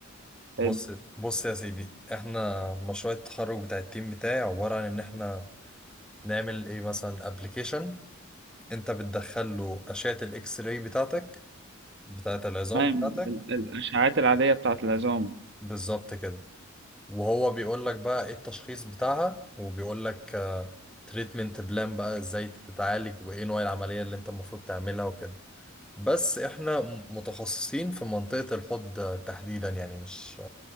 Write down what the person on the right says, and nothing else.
حلو
تمام
ال- ال- الاشعاعات العاديه بتاعه العظام